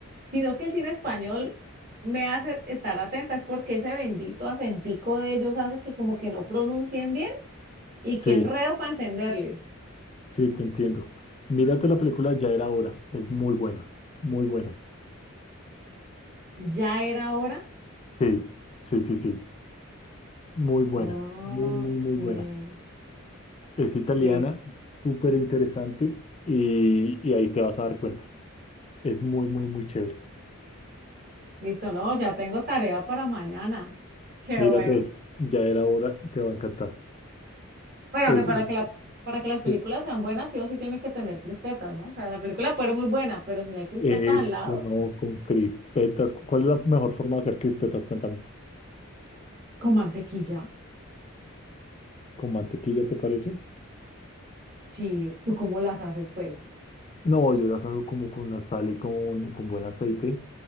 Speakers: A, on the right; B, on the left.
A: sino que el cine español me hace estar atenta, es porque ese bendito acentico de ellos hace que como que no pronuncien bien y que
B: Sí,
A: enredo para entenderles.
B: sí, te entiendo. Mírate la película, ya era hora. Es muy buena, muy buena.
A: Ya era hora.
B: Sí, sí, sí, sí. Muy buena,
A: Ok.
B: muy, muy, muy buena. Es italiana,
A: Listo,
B: es súper interesante y, y ahí te vas a dar cuenta. Es muy, muy, muy chévere.
A: listo, no, ya tengo tarea para mañana. Qué
B: Mírate
A: bueno.
B: eso, ya era hora, te va a encantar.
A: Bueno,
B: Es,
A: que para
B: es,
A: que la, para que las películas
B: es-
A: sean buenas, sí o sí tienen que tener crispetas, ¿no? O sea, la película puede ser muy buena, pero si no hay crispetas
B: eso,
A: al lado,
B: ¿no? Con crispetas. ¿Cuál es la mejor forma de hacer crispetas? Cuéntame.
A: con mantequilla,
B: ¿Con mantequilla te parece?
A: sí, ¿tú cómo las haces, pues?
B: No, yo las hago como con la sal y con, con buen aceite,